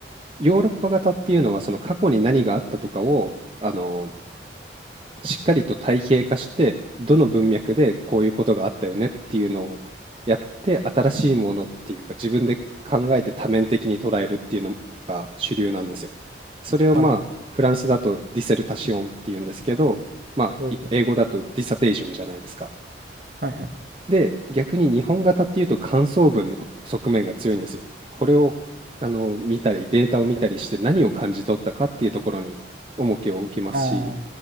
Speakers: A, on the right; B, on the right.
A: ヨーロッパ型っていうのはその過去に何があったとかを、あのしっかりと体系化して、どの文脈でこういうことがあったよねっていうのをやって、新しいものっていうか、自分で考えて多面的に捉えるっていうのが主流なんですよ。それをまあ、
B: はい。
A: フランスだとディセルタシオンっていうんですけど、まあ、
B: おお、
A: い英語だとディサテーションじゃないですか。
B: はいはい。
A: で、逆に日本型っていうと感想文の側面が強いんですよ。これをあの見たり、データを見たりして何を感じ取ったかっていうところに重きを置きますし、
B: ああ、